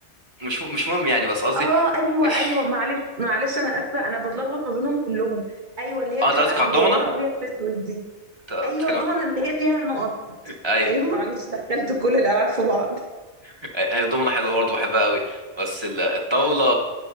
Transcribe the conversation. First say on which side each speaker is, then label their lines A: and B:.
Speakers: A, on the right; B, on the right.
A: مش مش مهم يعني بس قصدي
B: اه ايوه
A: <laughs>
B: ايوه معلش معلش انا اسفه انا بتلخبط ما بينهم كلهم ايوه اللي هي
A: اه
B: بتبقى
A: انت قصدك على
B: مدوره
A: الضمنه
B: ابيض في اسود دي
A: انت بتتكلم
B: ايوه الضمنه اللي هي فيها نقط
A: ايوه
B: ايوه معلش دخلت كل الالعاب في بعض
A: <laughs> الضمنه حلوه برضه بحبها قوي بس ال- الطاوله